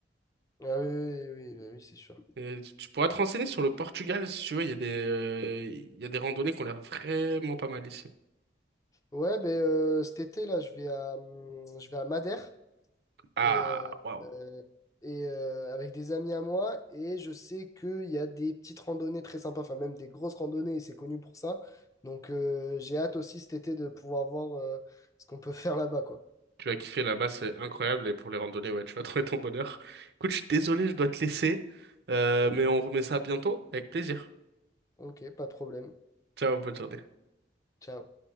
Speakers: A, on the left; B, on the right.
A: Ah oui, oui, oui, oui, bah oui, c'est sûr.
B: Et tu tu pourras te renseigner sur le Portugal si tu veux. Il y a des, euh, il y a des randonnées qui ont l'air vraiment pas mal ici.
A: Ouais, ben euh, cet été, là, je vais à, hum, je vais à Madère.
B: Ah,
A: et, euh,
B: waouh.
A: euh, et euh, avec des amis à moi. Et je sais qu'il y a des petites randonnées très sympas, enfin même des grosses randonnées, et c'est connu pour ça. Donc euh, j'ai hâte aussi cet été de pouvoir voir euh, ce qu'on peut <laughs> faire là-bas, quoi.
B: Tu vas kiffer là-bas, c'est incroyable. Et pour les randonnées, ouais, tu vas <laughs> trouver ton bonheur. Écoute, je suis désolé, je dois te laisser. Euh,
A: Donc,
B: mais on remet ça bientôt avec plaisir.
A: ok, pas de problème.
B: Ciao, bonne journée.
A: Ciao.